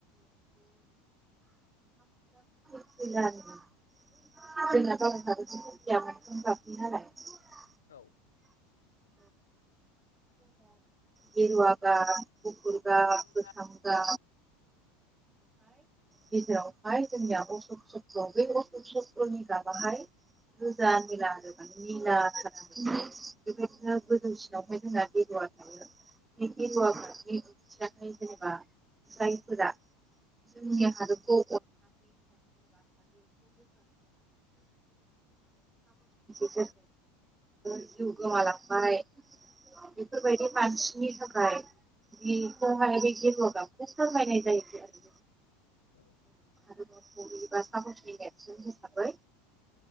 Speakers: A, on the right; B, on the left.
A: <inaudible> जों <unintelligible>
B: औ
A: <unintelligible>
B: खुंगा
A: अ दा गेजेरावहाय जोंनिया अशक चक्र बै अशक चक्रनि गाबाहाय गोजा निला आरो मान निला खालाम बेबायदिनो गोजौसिनावहाय जोंना गगवा थायो। बे गेरुवा
B: उम
A: गाबनि जेनेबा जायफोरा जोंनि आव आरो अ <unintelligible> जिउ गोमालांबाय
B: औ
A: बेफोरबायदि मानसिनि थाखाय बेहायहाखौ फोरमायनाय जायोख आरो।
B: औ
A: <unintelligible> हिसाबै